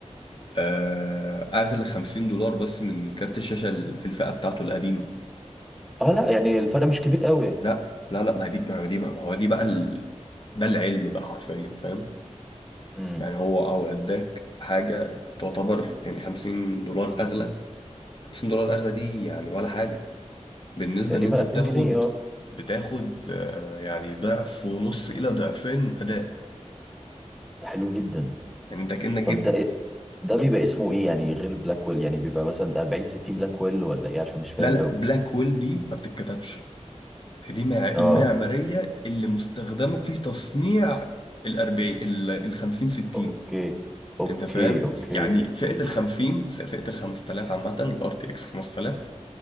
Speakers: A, on the left; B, in the centre.
A: آه، اغلى 50 دولار بس من كارت الشاشه ال- في الفئه بتاعته القديمه
B: اه لا يعني الفرق مش كبير قوي يعني
A: لا لا لا ما هي دي ما هي دي ما هو دي بقى ال... ده العلم بقى حرفيا فاهم
B: امم
A: يعني هو او اداك حاجه تعتبر يعني 50 دولار اغلى 50 دولار اغلى دي يعني ولا حاجه بالنسبه
B: تقريبا
A: ان انت بتاخد
B: 2000 جنيه اه
A: بتاخد آه، يعني ضعف ونص الى ضعفين اداء
B: ده حلو جدا
A: يعني انت كانك جبت
B: طب ده إيه- ده بيبقى اسمه ايه يعني غير بلاك ويل يعني بيبقى مثلا 40 60 بلاك ويل ولا ايه عشان مش فاهم
A: لا لا
B: قوي
A: بلاك ويل دي ما بتتكتبش دي مع-
B: اه
A: المعمارية اللي مستخدمة في تصنيع الأربعين الخمسين ستين
B: اوكي اوكي
A: أنت فاهم؟
B: اوكي
A: يعني فئة
B: امم
A: الخمسين فئة الخمس تلاف عامة الار تي اكس خمس تلاف